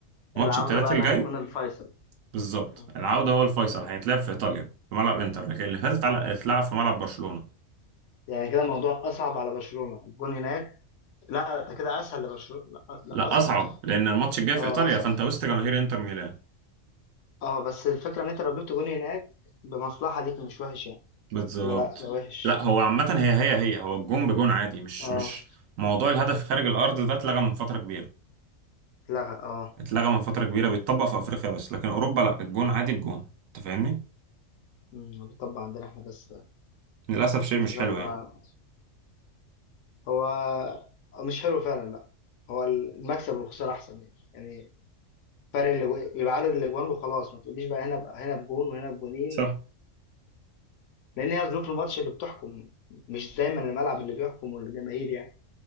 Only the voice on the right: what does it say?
ماتش
الثلاث
الجاي
بالظبط
العوده هو الفيصل هيتلعب في ايطاليا في ملعب انتر لكن اللي فاتت على- اتلعب في ملعب برشلونه
لا
اصعب
لان الماتش الجاي
في ايطاليا
فانت وسط جماهير انتر ميلان
بالظبط
لا هو عامة هي هي هي هو الجون بجون عادي مش
مش موضوع الهدف خارج الأرض ده اتلغى من فترة كبيرة
اتلغى من فترة كبيرة بيتطبق في أفريقيا بس لكن أوروبا لا الجون عادي بجون أنت فاهمني؟
للأسف شيء مش
حلو يعني
صح